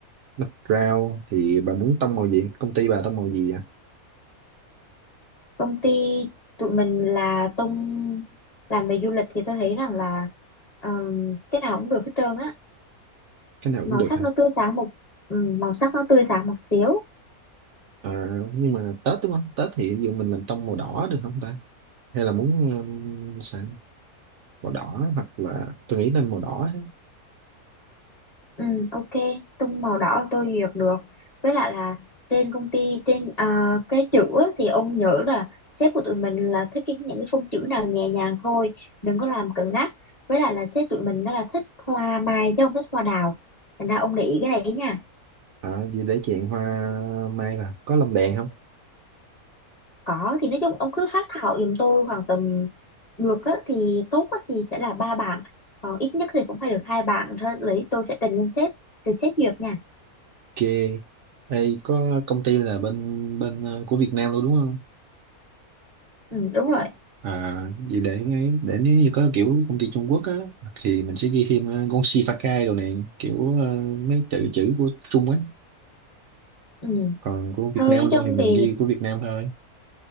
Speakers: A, on the right; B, on the left.
A: Background thì bà muốn tông màu gì? Công ty bà tông màu gì à?
B: công ty tụi mình là tung làm về du lịch thì tôi thấy rằng là ờm, cái nào cũng được hết trơn á
A: Cái nào cũng
B: màu
A: được
B: sắc nó tươi sáng một ừ, màu sắc nó tươi sáng một xíu
A: À, nhưng mà Tết đúng không? Tết thì ví dụ mình làm tông màu đỏ được không ta? Hay là muốn um, sao? Màu đỏ hoặc là tôi nghĩ nên màu đỏ ha.
B: ừ, ok tung màu đỏ tôi duyệt được với lại là trên công ty trên ờ, cái chữ á, thì ông nhớ là sếp của tụi mình là thích cái những cái phông chữ nào nhẹ nhàng thôi đừng có làm cứng nhắc với lại là sếp tụi mình nó là thích hoa mai chứ không thích hoa đào thành ra ông để ý cái này ấy nha
A: À, vì để chèn hoa mai vào. Có lồng đèn không?
B: Có thì nói chung ông cứ phát thảo giùm tôi khoảng tầm được á, thì tốt á, thì sẽ là ba bảng còn ít nhất thì cũng phải được hai bảng thôi lấy tôi sẽ trình lên sếp rồi sếp duyệt nha
A: Ok. Ê, có công ty là bên bên ờ, của Việt Nam luôn đúng không?
B: ừ, đúng rồi
A: À, vì để ấy- để nếu như có kiểu công ty Trung Quốc á thì mình sẽ ghi thêm ờ, con Shifakai đồ này kiểu ờ, mấy tự chữ của Trung á.
B: ừ.
A: Còn của Việt
B: thôi
A: Nam
B: nói
A: luôn
B: chung
A: thì mình
B: thì
A: ghi của Việt Nam thôi.